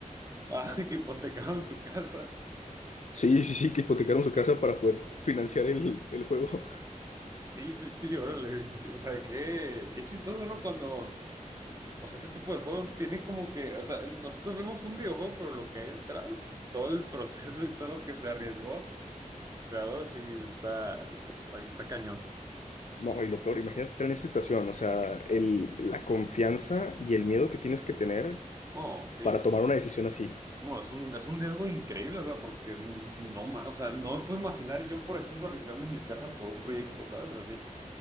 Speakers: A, on the right (about 25°); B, on the left (about 60°).
A: Ah, <laughs> que hipotecaron su casa.
B: Sí, sí, sí, que hipotecaron su casa para poder financiar el, el juego.
A: Sí, sí, sí, órale. <laughs> O sea, qué, qué chistoso, ¿no? Cuando, o sea, ese tipo de juegos tienen como que, o sea, nosotros vemos un videojuego, pero lo que hay detrás, todo el <laughs> proceso y todo lo que se arriesgó. Claro, sí, está, está, está cañón.
B: No, y lo peor, imagínate estar en esa situación, o sea, el, la confianza y el miedo que tienes que tener
A: Oh, sí.
B: para tomar una decisión así.
A: No, es un, es un riesgo increíble, o sea, porque no, ma- o sea, no me puedo imaginar yo, por ejemplo, arriesgando mi casa por un proyecto, ¿sabes? Así.